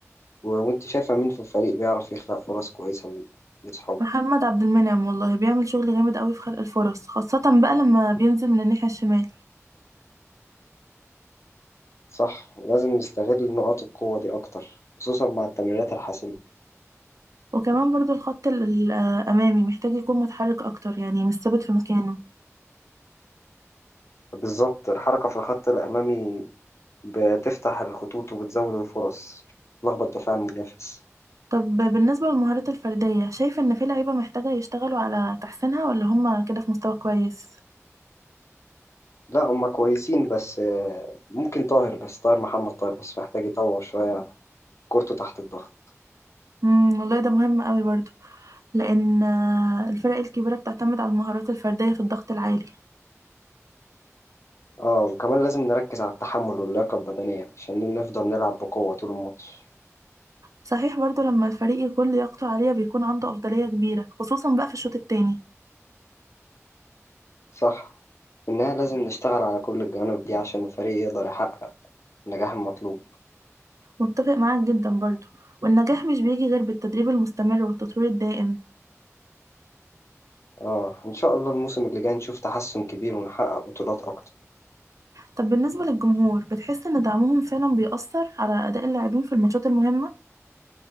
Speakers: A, on the left; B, on the right.
A: و- وانت شايفة مين في الفريق بيعرف يخلق فرص كويسة لأصحابه
B: محمد عبد المنعم والله بيعمل شغل جامد قوي في خلق الفرص خاصة بقى لما بينزل من الناحية الشمال
A: صح لازم نستغل نقاط القوة دي أكتر خصوصا مع التمريرات الحاسمة
B: وكمان برضو الخط ال- ال- الأمامي محتاج يكون متحرك أكتر يعني مش ثابت في مكانه
A: بالظبط الحركة في الخط الأمامي بتفتح الخطوط وبتزود الفرص تلخبط دفاع المنافس
B: طب بالنسبة للمهارات الفردية شايف إن في لعيبة محتاجة يشتغلوا على تحسينها ولا هما كده في مستوى كويس؟
A: لا هما كويسين بس آه، ممكن طاهر بس طاهر محمد طاهر بس محتاج يطور شوية كورته تحت الضغط
B: امم والله ده مهم قوي برضو لأن آه، الفرق الكبيرة بتعتمد على المهارات الفردية في الضغط العالي
A: اه وكمان لازم نركز على التحمل واللياقة البدنية عشان نفضل نلعب بقوة طول الماتش
B: صحيح برضو لما الفريق يكون لياقته عالية بيكون عنده أفضلية كبيرة خصوصا بقى في الشوط التاني
A: صح إنها لازم نشتغل على كل الجوانب دي عشان الفريق يقدر يحقق النجاح المطلوب
B: متفق معاك جدا برضو والنجاح مش بيجي غير بالتدريب المستمر والتطوير الدائم
A: اه ان شاء الله الموسم اللي جاي نشوف تحسن كبير ونحقق بطولات اكتر
B: طب بالنسبة للجمهور بتحس إن دعمهم فعلا بيأثر على أداء اللاعبين في الماتشات المهمة